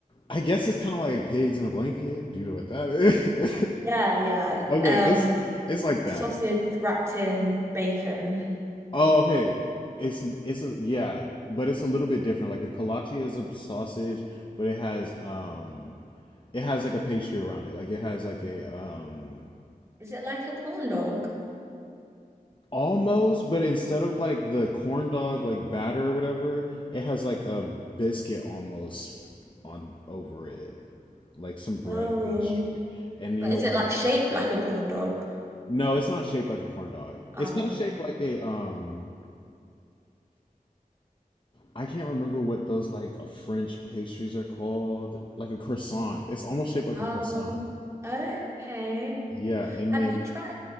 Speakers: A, on the left (about 35°); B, on the right (about 20°).
A: I guess it's kind of like pigs in a blanket. Do you know what that is? <laughs>
B: Yeah, yeah.
A: Okay,
B: Um,
A: it's it's like that.
B: sausage wrapped in bacon.
A: Oh, okay. It's it's a, yeah, but it's a little bit different. Like a kolache is a sausage, but it has um it has like a pastry around it. Like it has like a um
B: Is it like a corn dog?
A: almost, but instead of like the corn dog like batter or whatever, it has like a biscuit almost on over it, like some bread
B: Oh.
A: pastry, and
B: But
A: you
B: is
A: like
B: it like shaped like a corn dog?
A: no, it's not shaped like a corn dog.
B: Oh,
A: It's kind of shaped like a um. I can't remember what those like French pastries are called, like a croissant. It's almost shaped like
B: oh,
A: a croissant.
B: oh, okay.
A: Yeah, and
B: Have
A: then
B: you tried?